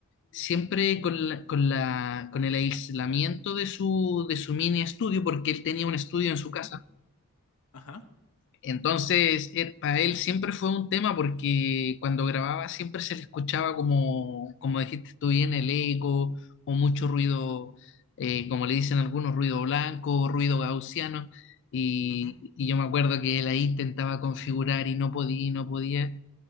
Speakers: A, on the left; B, on the left.
A: siempre con la- con la- con el aislamiento de su, de su mini estudio, porque él tenía un estudio en su
B: ujú,
A: casa.
B: ajá,
A: Entonces, eh, para él siempre fue un tema porque cuando grababa siempre se le escuchaba como, como dijiste tú bien, el eco o mucho ruido,
B: ujú,
A: eh, como le dicen algunos, ruido blanco, ruido gaussiano. Y,
B: ujú,
A: y yo me acuerdo que él ahí intentaba configurar y no podía, y no podía.